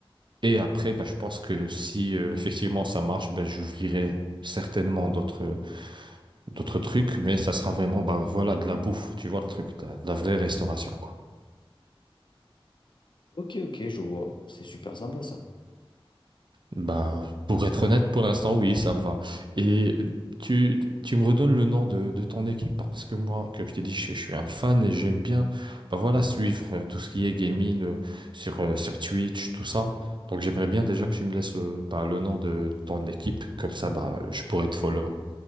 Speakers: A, on the right; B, on the left.
A: Et après, bah, je pense que si euh, effectivement ça marche, bah, j'ouvrirai certainement d'autres d'autres trucs, mais ça sera vraiment bah, voilà, de la bouffe, tu vois le truc, de la, de la vraie restauration, quoi.
B: Ok, ok, je vois. C'est super sympa, ça.
A: Bah, pour être honnête, pour l'instant, oui, ça me va. Et tu, tu me redonnes le nom de, de ton équipe parce que moi, comme je t'ai dit, je, je suis un fan et j'aime bien bah, voilà, suivre euh, tout ce qui est gaming euh, sur, euh, sur Twitch, tout ça. Donc j'aimerais bien déjà que tu me laisses le, bah, le nom de ton équipe, comme ça bah, je pourrais te follow.